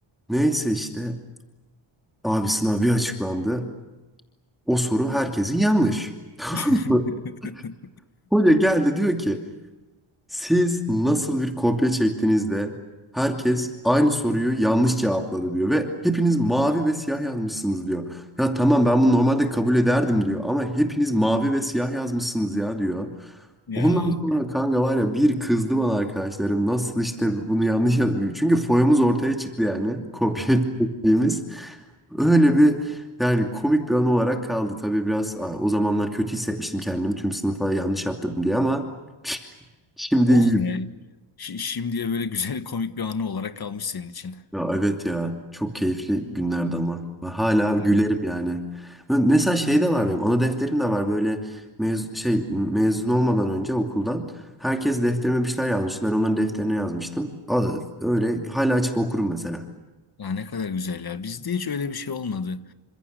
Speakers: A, in the centre; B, on the left.
A: Neyse işte abi sınav bir açıklandı. O soru herkesin yanlış.
B: <laughs>
A: <laughs> Hoca geldi diyor ki Siz nasıl bir kopya çektiğinizde herkes aynı soruyu yanlış cevapladı diyor ve hepiniz mavi ve siyah yazmışsınız diyor. Ya tamam ben bunu normalde kabul ederdim diyor ama hepiniz mavi ve siyah yazmışsınız ya diyor.
B: Ya.
A: Ondan sonra kanka var ya bir kızdı bana arkadaşlarım nasıl işte bunu yanlış yazıyor. Çünkü foyamız ortaya çıktı yani kopya çektiğimiz. Öyle bir yani komik bir an olarak kaldı. Tabii biraz aa, o zamanlar kötü hissetmiştim kendimi tüm sınıfa yanlış yaptırdım diye ama şimdi
B: Olsun
A: iyi
B: ya. Şi- Şimdiye böyle güzel komik bir anı olarak kalmış senin için.
A: Ya evet ya çok keyifli günlerdi ama ve hala
B: Evet.
A: gülerim yani. Ben- Mesela şey de var benim ana defterim de var böyle mez şey mezun olmadan önce okuldan herkes defterime bir şeyler yazmıştı ben onların defterine yazmıştım. A- Öyle hala açıp okurum mesela.
B: Ya ne kadar güzel ya. Bizde hiç öyle bir şey olmadı.